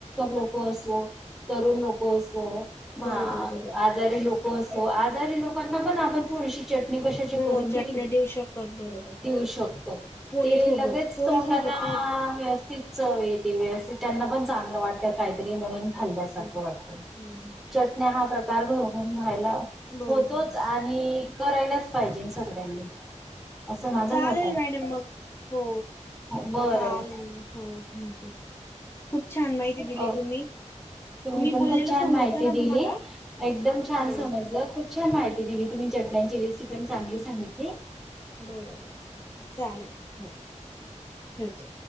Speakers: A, in the centre; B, on the left (about 20°).
A: लोक असो तरुण लोक असो ह
B: बरोबर
A: <unintelligible>
B: बरोबर
A: आजारी लोक असो आजारी लोकांना पण आपण थोडीशी चटणी कशी
B: हो
A: करून दिली
B: चटण्या देऊ शकतात बरोबर
A: देऊ शकतो
B: पोळी
A: ते
B: सोबत
A: लगेच
B: पोळी
A: तोंडाला
B: सोबत तर
A: व्यवस्थित चव येते व्यस्थित त्यांना पण
B: बरोबर
A: चागलं
B: बरोबर
A: वाटत काहीतर नवीन खाल्या सारक
B: बर
A: वाटतं चटण्या हा प्रका घरोघ <unintelligible> व्हायला
B: बर
A: होतोच
B: बरोबर
A: आणि करायलाच पाहिजे
B: हो
A: सगळ्यांनी असं माझं
B: चालेल
A: मत आहे
B: मॅडम मग हो
A: बरं
B: चालेल मग हो म्हणतो खूप छान माहिती दिली
A: हो
B: तुम्ही
A: तुम्ही
B: मी
A: पण
B: बोललेलं
A: खूप छान
B: समजलं
A: माहिती
B: ना
A: दिली
B: तुम्हाला
A: एकदम छान
B: हो
A: समजलं खूप छान माहिती दिली तुम्ही चटण्याची रेसि पण चांगली सांगित
B: बर बर चालेल हो ठेवते